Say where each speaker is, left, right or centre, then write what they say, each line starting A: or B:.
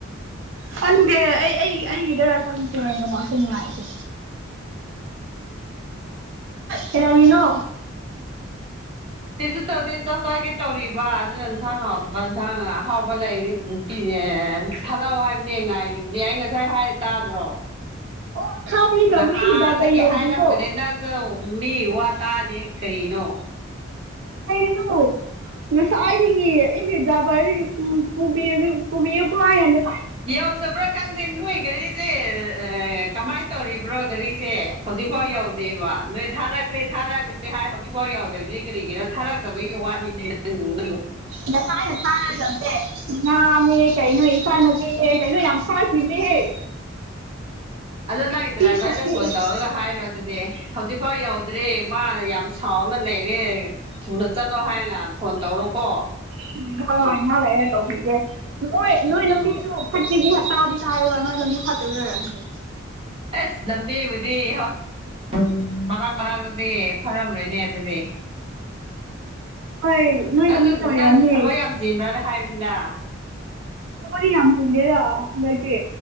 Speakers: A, on the right (about 65°); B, on the right (about 30°).
A: ꯈꯪꯗꯦ ꯑꯩ ꯑꯩ ꯑꯩꯒꯤꯔ ꯈꯡꯗꯦ ꯅꯦꯋꯥꯛꯁꯦ ꯅꯨꯡꯉꯥꯏꯇꯦ꯫ ꯀꯩꯗꯧꯔꯤꯅꯣ__
B: ꯀꯩꯁꯨ ꯇꯧꯗꯦ ꯆꯥꯛ ꯆꯥꯒꯦ ꯇꯧꯔꯤꯕ ꯑꯗꯨꯅ ꯏꯟꯁꯥꯡ ꯍꯥꯎꯇꯕ ꯏꯟꯁꯥꯡ ꯑꯍꯥꯎꯕ ꯂꯩꯔꯤ꯫ ꯅꯨꯄꯤ ꯑꯦ ꯊꯥꯔꯛꯑꯣ ꯍꯥꯏꯕꯅꯦ ꯉꯥꯏꯔꯤꯕꯅꯦ ꯑꯩ ꯉꯁꯥꯏ ꯍꯥꯏ ꯇꯥꯗ꯭ꯔꯣ꯫
A: ꯑꯣ ꯊꯥꯕꯤꯈ꯭ꯔꯕꯅꯦ
B: ꯅꯍꯥꯟꯗꯒꯤ
A: ꯑꯩꯒꯤ ꯗ꯭ꯔꯥꯏꯚꯔ ꯌꯧꯗ꯭ꯔꯤꯕꯣ
B: ꯍꯥꯏꯔꯝꯒꯅꯦ ꯅꯪꯖꯨ ꯃꯤ ꯋꯥ ꯇꯥꯗꯦ ꯀꯔꯤꯅꯣ꯫
A: ꯀꯩꯔꯤꯅꯣ ꯉꯁꯥꯏꯗꯒꯤ ꯑꯥꯒꯤ ꯗ꯭ꯔꯥꯕꯔ ꯄꯨ ꯄꯨꯕꯤꯌꯨ ꯄꯨꯕꯤꯌꯨꯀꯣ ꯍꯥꯏꯔꯤꯅꯤ꯫
B: ꯌꯧꯗꯕ꯭ꯔꯥ ꯈꯪꯗꯦ ꯅꯣꯏꯒꯔꯤꯖꯏ꯫ ꯆꯦꯑ ꯀꯃꯥꯏ ꯇꯧꯔꯤꯕ꯭ꯔꯣ ꯘꯔꯤꯁꯦ ꯍꯧꯖꯤꯛꯐꯥꯎ ꯌꯧꯗꯦꯕ ꯅꯣꯏ__ ꯊꯥꯔꯛꯈ꯭ꯔꯦ ꯊꯥꯔꯛꯈ꯭ꯔꯦ ꯍꯥꯏ ꯍꯧꯖꯤꯛꯐꯥꯎ ꯌꯧꯗꯕꯖꯤ ꯀ꯭ꯔꯤꯒꯤꯔ ꯊꯥꯔꯛꯇꯕꯒꯤ ꯋꯥꯅꯤꯅꯦ ꯅꯪ ꯅꯪꯒꯤ ꯋꯥ
A: ꯅꯁꯥꯏꯅ ꯊꯥꯒ꯭ꯔꯕꯅꯦ꯫ ꯉꯥꯅꯦ ꯀꯩꯅꯣ ꯏꯟꯐꯥꯜꯅꯄꯤꯍꯦ ꯀꯩꯅꯣ ꯌꯥꯝ ꯁꯥꯈꯤꯕꯅꯦꯍꯦ
B: <inaudible> ꯑꯗꯣ ꯅꯪꯒꯤ ꯗ꯭ꯔꯥꯏꯕꯔꯗ
A: ꯐꯠꯇꯦ
B: ꯐꯣꯟ
A: ꯍꯣꯏ
B: ꯇꯧꯔꯒ ꯍꯥꯏꯔꯣ ꯑꯗꯨꯗꯤ ꯍꯧꯖꯤꯛꯐꯥꯎ ꯌꯧꯗ꯭ꯔꯦ ꯃꯥ ꯌꯥꯝ ꯁꯥꯎꯅ ꯂꯩꯔꯦ ꯊꯨꯅ ꯆꯠꯂꯣ ꯍꯥꯏꯅ ꯐꯣꯟ ꯇꯧꯔꯣꯀꯣ꯫
A: <unintelligible> ꯉꯍꯥꯛ ꯂꯩꯔ ꯇꯧꯕꯤꯒꯦ ꯃꯣꯏ ꯅꯣꯏ ꯅꯣꯏꯂꯝꯕꯤꯗꯨ_
B: ꯑꯣ
A: _ <unintelligible> ꯇꯥꯗꯤ ꯇꯥꯏꯕ ꯅꯣꯏ ꯂꯝꯕꯤ ꯐꯠꯇꯕꯩ ꯑꯣꯏꯔꯝꯅꯤ꯫
B: ꯑꯁ ꯂꯝꯕꯤꯕꯨꯗꯤ ꯍꯣꯏ꯫ ꯎꯝ ꯃꯔꯛ ꯃꯔꯡꯇꯗꯤ ꯐꯔꯝꯔꯣꯏꯅꯦ ꯑꯗꯨꯗꯤ꯫
A: ꯍꯣꯏ ꯅꯣꯏ
B: ꯑꯗꯣ
A: ꯂꯝꯕꯤ ꯑꯣꯏꯔꯝꯅꯤ
B: ꯅꯪꯖꯨ ꯊꯕꯛ ꯌꯥꯝ ꯆꯕ꯭ꯔꯥꯅ ꯍꯥꯏꯕꯅꯤꯗ꯫
A: ꯊꯕꯛꯇꯤ ꯌꯥꯝ ꯆꯤꯟꯗꯦꯗ꯫ ꯍꯟꯗꯛꯇꯤ